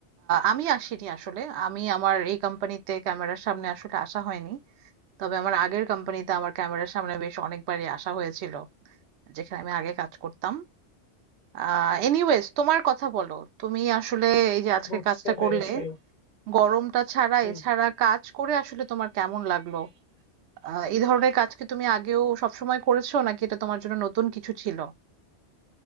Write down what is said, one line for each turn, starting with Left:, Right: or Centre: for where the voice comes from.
Right: আমি আসিনি আসলে আমি আমার এই কোম্পানিতে ক্যামেরার সামনে আসলে আসা হয়নি। তবে আমার আগের কোম্পানিতে আমার ক্যামেরার সামনে বেশ অনেকবারই আসা হয়েছিল, যেখানে আমি আগে কাজ করতাম। আহ এনিওয়েজ তোমার কথা বলো, তুমি আসলে এই যে আজকে
Left: বুঝতে
Right: কাজটা
Left: পেরেছি
Right: করলে, গরমটা ছাড়া
Left: হুম
Right: এছাড়া কাজ করে আসলে তোমার কেমন লাগলো? আহ এই ধরনের কাজ কি তুমি আগেও সবসময় করেছো নাকি এটা তোমার জন্য নতুন কিছু ছিল?